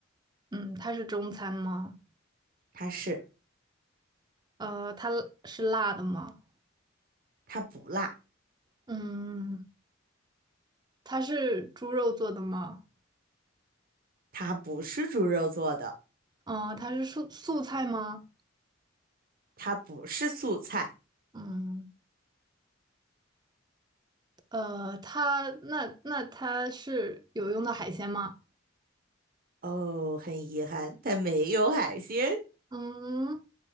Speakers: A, on the right; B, on the right.
A: 嗯，它是中餐吗？
B: 它是，
A: 呃，它是辣的吗？
B: 它不辣，
A: 嗯，它是猪肉做的吗？
B: 它不是猪肉做的，
A: 嗯，呃它是素素菜吗？
B: 它不是素菜。
A: 嗯，呃，它那那它是有用的海鲜吗？
B: 哦，很遗憾，它没有海鲜。
A: 嗯，